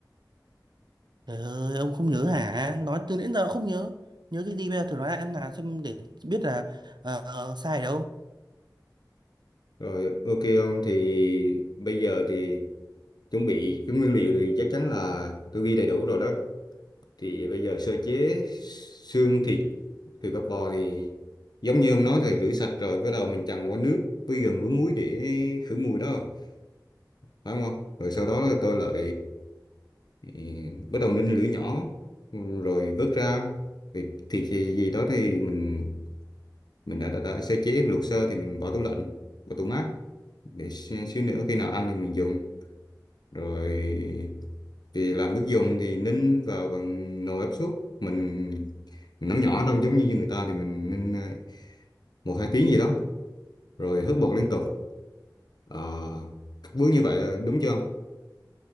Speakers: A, on the right (about 75°); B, on the left (about 65°).
A: Trời ơi, ông không nhớ hả? Nói từ đến giờ không nhớ. Nhớ cái gì bây giờ thử nói lại em là xem để biết là ờ, sai ở đâu.
B: rồi ok ông thì bây giờ thì chuẩn bị cái nguyên liệu thì chắc chắn là tôi ghi đầy đủ rồi đó thì bây giờ sơ chế xương thịt thịt bắp bò thì giống như ông nói thì rửa sạch rồi bắt đầu mình chần qua nước với gừng với muối để khử mùi đó phải không ông? rồi sau đó tôi lại ừ, bắt đầu ninh lửa nhỏ rồi vớt ra thì thịt thì gì đó thì mình mình đã, đã, đã sơ chế mình luộc sơ thì mình bỏ tủ lạnh vào tủ mát để xí- xíu nữa khi nào ăn thì mình dùng rồi thì làm nước dùng thì ninh vào bằng nồi áp suất mình mình nấu nhỏ đâu giống như người ta thì mình ninh à, một hai tiếng gì đó rồi hớt bột liên tục Ờ, các bước như vậy là đúng chưa ông